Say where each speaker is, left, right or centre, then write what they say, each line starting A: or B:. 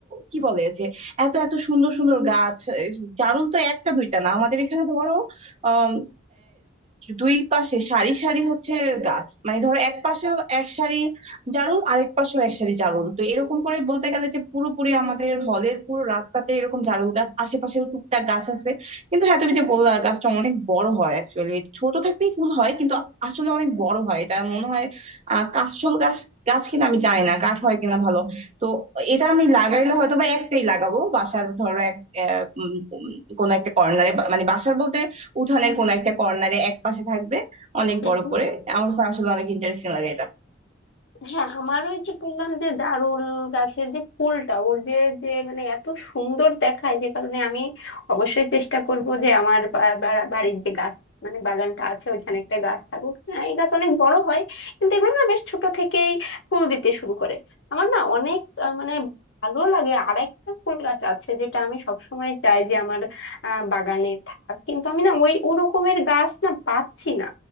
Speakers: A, on the right; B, on the left.
A: কি বলে যে এত এত সুন্দর সুন্দর গাছ এ, জারুল তো একটা দুইটা না আমাদের এখানে ধরো আহ দুই পাশে সারি সারি হচ্ছে গাছ মানে ধরো এক পাশে এক সারি জারুল আরেক পাশেও এক সারি জারুল তো এরকম করে বলতে গেলে যে পুরোপুরি আমাদের হলের পুরো রাস্তাতে এরকম জারুল গাছ আশেপাশেও টুকটাক গাছ আছে কিন্তু হ্যাঁ তুমি যে বললা গাছটা অনেক বড় হয় অ্যাকচুয়ালি ছোট থাকতেই ফুল হয় কিন্তু আসলে অনেক বড় হয় এটা মনে হয় আহ কাশফুল গাছ গাছ কিনা আমি জানি না কাঠ হয় কিনা ভালো তো এটা আমি লাগাইলে হয়তো বা একটাই লাগাবো বাসার ধরো এক আহ, উম, উম, কোনো একটা কর্নারে মানে বাসার বলতে উঠানের কোনো একটা কর্নারে এক পাশে থাকবে অনেক বড়
B: হুম।
A: করে আমার কাছে আসলে অনেক ইন্টারেস্টিং লাগে এটা
B: হ্যাঁ আমার ওই যে বললাম যে জারুল গাছের যে ফুলটা ওর যে যে মানে এত সুন্দর দেখায় যে কারণে আমি অবশ্যই চেষ্টা করব যে আমার বা- বা- বাড়ির যে গাছ মানে বাগানটা আছে ওইখানে একটা গাছ থাকুক হ্যাঁ এই গাছ অনেক বড় হয় কিন্তু এগুলো না বেশ ছোট থেকেই ফুল দিতে শুরু করে আমার না অনেক আহ, মানে ভালো লাগে আর একটা ফুল গাছ আছে যেটা আমি সবসময় চাই যে আমার আহ, বাগানে থাক কিন্তু আমি না ওই ওরকমের গাছ না পাচ্ছি না